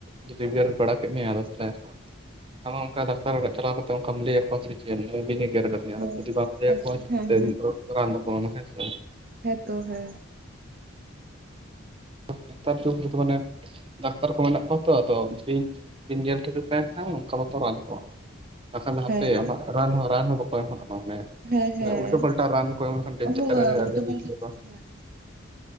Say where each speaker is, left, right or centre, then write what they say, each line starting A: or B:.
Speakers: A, on the right (about 25°); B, on the right (about 45°).
A: ᱡᱩᱫᱤ ᱜᱮᱨ ᱵᱟᱲᱟ ᱠᱮᱜ ᱢᱮᱭᱟ ᱟᱫᱚ ᱛᱟᱦᱞᱮ᱾ ᱟᱢᱟᱜ ᱚᱱᱠᱟ ᱰᱟᱠᱛᱟᱨ ᱚᱲᱟᱜ ᱪᱟᱞᱟᱣ ᱠᱟᱛᱮ ᱚᱱᱠᱟᱢ ᱞᱟᱹᱭ ᱟᱠᱚᱣᱟ ᱥᱮ ᱪᱮᱫ ᱩᱱᱤ ᱵᱤᱧ ᱮᱼᱼ ᱜᱮᱨ ᱟᱠᱟ ᱫᱤᱧᱟ
B: ᱦᱮᱸ
A: ᱡᱩᱫᱤ ᱵᱟᱢ ᱞᱟᱹᱭ
B: ᱟᱪᱪᱷᱟ
A: ᱟᱠᱚᱣᱟ ᱪᱤᱠᱟᱹᱛᱮ
B: ᱦᱮᱸ
A: ᱨᱟᱱ ᱠᱚ ᱮᱢᱟᱢᱟ ᱦᱮᱸ ᱥᱮ
B: ᱦᱮᱛᱚ ᱦᱮ
A: ᱱᱮᱛᱟᱨ <unintelligible> ᱢᱟᱱᱮ ᱰᱟᱠᱛᱟᱨ ᱠᱚ ᱢᱮᱱᱟᱜ ᱠᱚᱣᱟ ᱛᱚ ᱟᱫᱚ ᱵᱤᱧ ᱵᱤᱱ ᱵᱤᱱ ᱧᱮᱞ ᱴᱷᱤᱠ ᱞᱮᱠᱷᱟᱱ ᱚᱱᱠᱟ ᱢᱚᱛᱚ ᱨᱟᱱ ᱠᱚ ᱮᱢ ᱵᱟᱠᱷᱟᱱ ᱫᱚ ᱦᱟᱯᱮ
B: ᱦᱮᱸ
A: ᱟᱢᱟᱜ ᱨᱟᱱ ᱦᱚᱸ ᱨᱟᱱ ᱦᱚᱸ ᱵᱟᱠᱚ ᱮᱢᱚᱜ ᱛᱟᱢᱟ ᱢᱟᱱᱮ
B: ᱦᱮᱸ ᱦᱮᱸ
A: ᱩᱞᱴᱟᱹ ᱯᱟᱞᱴᱟ ᱨᱟᱱ ᱠᱚ ᱮᱢ <unintelligible>
B: ᱦᱳᱭ ᱩᱞᱴᱟᱹ ᱯᱟᱞᱴᱟᱹ ᱦᱮᱸ